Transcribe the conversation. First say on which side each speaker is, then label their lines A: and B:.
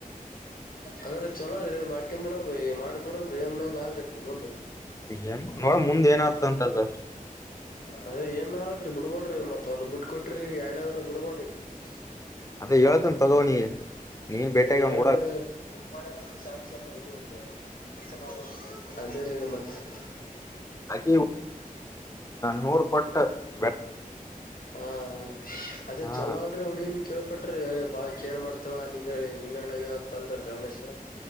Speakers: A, on the left; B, on the left.
A: ಅಂದ್ರೆ, ಚಲೋ ಅದ್ರೀ ಮಾಡ್ಕೊಂಡ್ಬಿಡೋದು ಮಾಡ್ಬಿಡಮ್ಮರಿಏನು, ನಾಲೂರಿ. <inaudible> ಕಿರು ಬಂದು. <inaudible>
B: ಹೆಂಗ್, ನೋಡ್, ಮುಂದೆ, ಏನಾಯ್ತದೆ ಅದು? <inaudible>
A: ಅದೇ ಏನ್ ನಾಲ್ಕ್ರೀ ಬಿಡ್ಬಡ್ರಿ ಮತ್ ಒಂದ್ ಬಿಟ್ಟ ಕೊಟ್ರಿ ಎರನೇದ್ರ ಬಿಡಬಡ್ರಿಗ. <unintelligible>
B: ಅದೇ ಹೇಳ್ತನ್ ತಗೋನಿ ನೀನ್
A: ಹಾ,
B: ಭೇಟಿಯಾಗಿ ಅವ್ನ್
A: ಹೇಳ್ರಿ.
B: ಕೂಡ
A: <unintelligible> ಬುಕ್, ಮಾಡದಂತ, ಸ್ಯಾಮ್ಸಂಗ್, ಇವರುದು, ಎಸ್, ಎಂ, ಆರು, ಅದು ಬೇರೆ ಮತ್ತೆ. <unintelligible>
B: ಅಕೀ, ನೂರು ಪಟ್ಟು. <unintelligible>
A: ಹಾ, ಹಾ, ಅದೇ
B: ಹಾ
A: ಚಲೋವಾಳ್ರೆ! ಉಡಿನ್. <unintelligible> ಕೇಳ್ಪಟ್ರಿ, ಬಾಳ ಕೇರ್ ಮಾಡ್ತಾಳ ನಿಂಗ ನಿಂಗಣ್ಣಗ, ಅಂತ ಅಂದ್ರ ರಮೇಶ. <unintelligible>